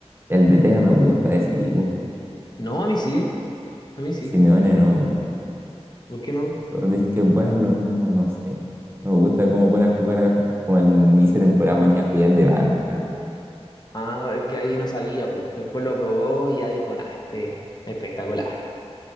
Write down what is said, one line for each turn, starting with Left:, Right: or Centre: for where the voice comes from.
Right: El DT no me gusta de ese equipo.
Left: No, a mí sí, ¿eh? a mí sí.
Right: Simeone no me gusta.
Left: ¿Por qué no?
Right: Todos dicen que es bueno, pero no, no sé. No me gusta cómo pone a jugar, a, como al inicio de temporada ponía a Julián de banca.
Left: Ah, es que ahí no sabía, pues. Después lo probó y ya dijo, nada, este espectacular.